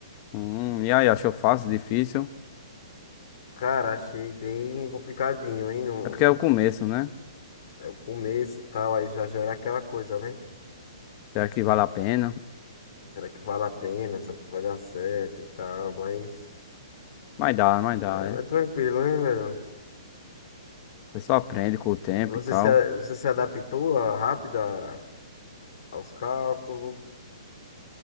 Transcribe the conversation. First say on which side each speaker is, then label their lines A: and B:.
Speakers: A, on the left (about 35°); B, on the left (about 55°).
A: Hum, e aí, achou fácil, difícil?
B: Cara, achei bem complicadinho, hein? Não-
A: É porque é o começo, né?
B: É o começo e tal, aí já gera aquela coisa, né?
A: Será que vale a pena?
B: Será que vale a pena? Será que vai dar certo e tal? Mas,
A: Mas dá, mas dá,
B: mas
A: né?
B: é tranquilo, né, velho?
A: Você só aprende com o tempo
B: Você
A: e tal.
B: se, a- você se adaptou ah, rápido a- aos cálculos,